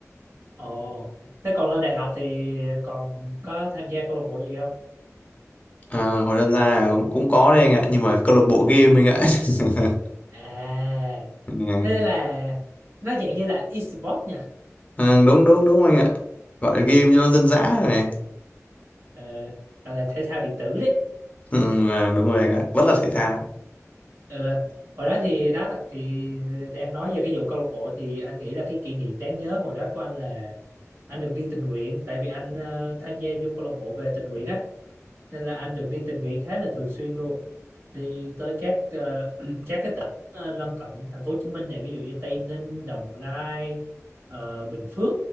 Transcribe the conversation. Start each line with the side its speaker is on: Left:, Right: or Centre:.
Right: ồ thế còn lên đại học thì còn có tham gia câu lạc bộ gì không
Left: À, hồi đơn ra cũng có đấy anh ạ nhưng mà câu lạc bộ game anh ạ. <laughs>
Right: à
Left: Ừ.
Right: thế là nó dạng như là e-sport nha
Left: À, đúng đúng đúng anh ạ gọi là game cho nó dân dã rồi
Right: ờ, gọi là thể thao điện tử đấy
Left: Ừ, à, đúng rồi anh ạ vẫn là thể thao
Right: Ừ. Hồi đó thì đó thì đang nói về cái vụ câu lạc bộ thì anh nghĩ là cái kỷ niệm đáng nhớ hồi đó của anh là anh được đi tình nguyện tại vì anh ờ, tham gia vô câu lạc bộ về tình nguyện á nên là anh được đi tình nguyện khá là thường xuyên luôn đi tới các ờ, <clears throat> các cái tỉnh ờ, lân cận thành phố Hồ Chí Minh này ví dụ như Tây Ninh, Đồng Nai, ờ, Bình Phước